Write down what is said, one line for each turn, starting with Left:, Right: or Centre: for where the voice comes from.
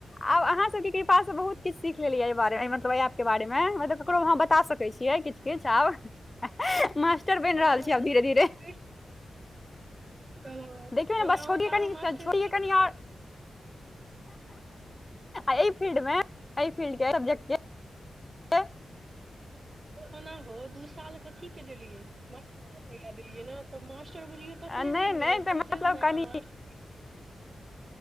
Left: आब अहाँ सबके के कृपा सँ बहुत किछु सीख लेलियै एहि बारे मे मतलब एहि एप के बारे मे ककरो अहाँ बता सकै छियै किछु किछु आब मास्टर
Right: हँ
Left: बनि रहल
Right: हँ
Left: छियै आब
Right: तऽ
Left: धीरे धीरे
Right: करि सकै हो।
Left: देखियौ नऽ
Right: ओनाहो
Left: बस छोड़ियै
Right: तऽ
Left: कनी
Right: अहाँ मास्टर्स
Left: छोड़ियै
Right: की केलहुँ?
Left: कनी आओर एहि फील्ड मे एहि फील्ड के सब्जेक्ट के के
Right: ओनाहु दू साल कथी के देलियै मास्टरे बनैले देलियै नऽ तऽ मास टर बुझियौ तखने
Left: नहि
Right: बनि
Left: नहि
Right: गेलौं
Left: तऽ
Right: तहि
Left: मतलब
Right: सभ ले
Left: कनि
Right: आब <unintelligible>